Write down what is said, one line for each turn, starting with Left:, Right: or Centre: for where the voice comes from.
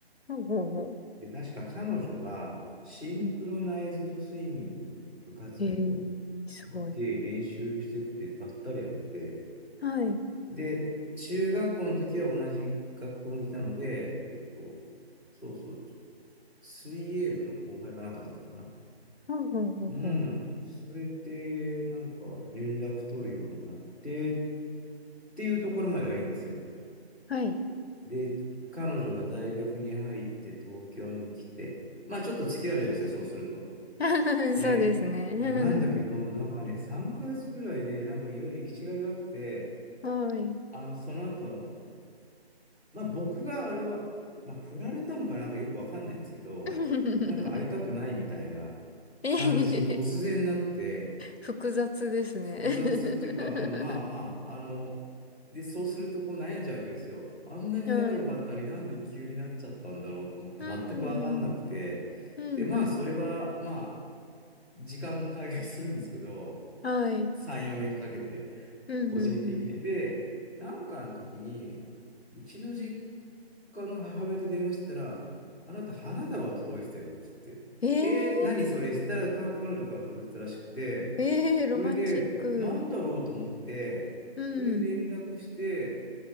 Left: ほうほうほ
Centre: で、確か彼女は、シンクロナイズドスイミングの部活に
Left: う。うん。へー、すごい。
Centre: いて、練習してってばったりやって、
Left: はい。
Centre: で、中学校の時は同じ学校にいたので、えっと、そうそう、水泳部の後輩かなんかだったのかな。
Left: ほうほうほうほう。
Centre: うん。それで、なんか、連絡取るようになって、っていうところまではいいんですよ。
Left: はい。
Centre: で、彼女が大学に入って東京に来て、まあちょっと付き合うじゃないですか、そうすると。
Left: <laughs>
Centre: ね。
Left: そうですね。
Centre: なんだけど、なんかね、3ヶ月ぐらいで、なんかいろいろ行き違いがあって、
Left: <laughs> はい。
Centre: あの、その後、まあ僕があれは、まあ振られたのかなんかよくわかんないんですけど、
Left: <laughs>
Centre: なんか会いたくないみたいな感じ、
Left: えへへ
Centre: 突然なって、
Left: 複雑ですね。
Centre: 複雑っていうか、
Left: <laughs>
Centre: うん、まあまあ、あの、で、そうするとこう悩んじゃうわけですよ。あんなに仲良かったのになんで急になっちゃったんだろうと思って、
Left: はい。うん。
Centre: 全くわかんなくて、
Left: うん、
Centre: で、まあそれは、
Left: うん。
Centre: まあ、時間が解決するんですけど、
Left: はい。
Centre: 3、4年かけて、
Left: うんうんうん。
Centre: 個人的に。で、なんかの時に、うちの実家の母親と電話してたら、あなた花束届いてたよって言って、
Left: ええ
Centre: えー、何それしたらか彼女から届いてたらしくて、
Left: ええロマンチック。
Centre: それで、なんだろうと思って、
Left: うん、
Centre: それで連絡して、